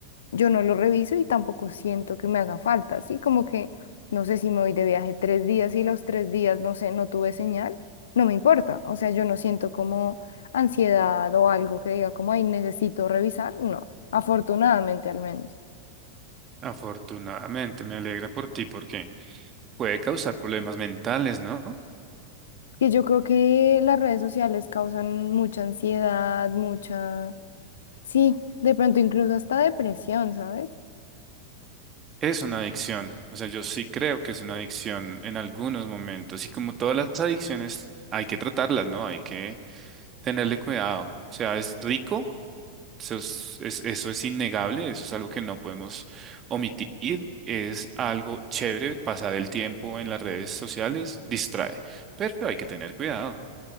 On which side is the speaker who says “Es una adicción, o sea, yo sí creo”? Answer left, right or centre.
Right